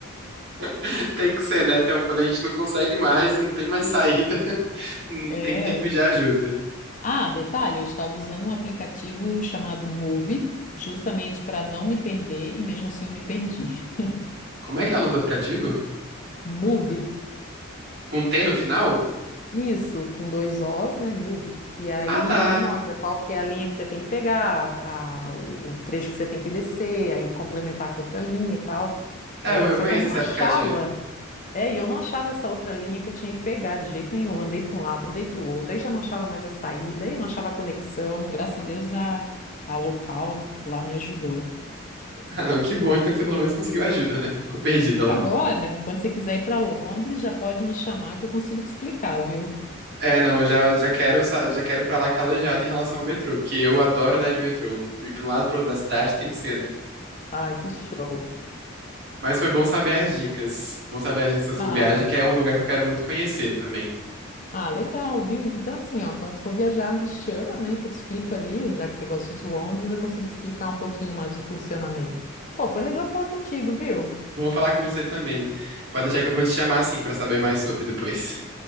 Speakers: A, on the right; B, on the left.
A: <laughs> Tem que ser, né? Então, quando a gente não consegue mais, não tem mais saída, <laughs>
B: É.
A: tem que, tem que pedir ajuda.
B: Ah, detalhe, eu estava usando um aplicativo chamado Move, justamente para não me perder, e mesmo assim eu me perdi.
A: Como é que é o nome do aplicativo?
B: Move
A: Com T no final?
B: Isso, com dois Os, né? Move it. E aí
A: Ah, tá.
B: ele mostra qual que é a linha que você tem que pegar, a- o, o trecho que você tem que descer, aí complementar com outra linha e tal.
A: É,
B: É,
A: eu eu
B: só
A: conheço
B: que eu não
A: esse
B: achava,
A: aplicativo. <laughs>
B: é, e eu não achava essa outra linha que eu tinha que pegar de jeito nenhum. Andei para um lado, andei para o outro, aí já não achava mais a saída, aí eu não achava a conexão. Graças a Deus a, a local lá me ajudou.
A: Ah, não, que bom, então que você pelo menos conseguiu ajuda, né? Não Ficou perdida lá.
B: Agora, quando você quiser ir para Londres, já pode me chamar que eu consigo te explicar, viu?
A: É, não, eu já, já quero, sa- já quero ir pra lá calejado em relação ao metrô, porque eu adoro andar de metrô. E pra um lado e pro outro da cidade tem que ser, né?
B: Ah, que show.
A: Mas foi bom saber as dicas. Bom saber as dicas da sua
B: Ah,
A: viagem, que é um lugar que eu quero muito conhecer também.
B: Ah, legal, viu? Então, assim, ó, quando for viajar, me chama, né, que eu te explico ali, já que você gosta de Londres, eu consigo te explicar um pouquinho mais o funcionamento. Pô, foi legal falar contigo, viu?
A: Bom falar com você também. Pode deixar que eu vou te chamar assim pra saber mais sobre depois.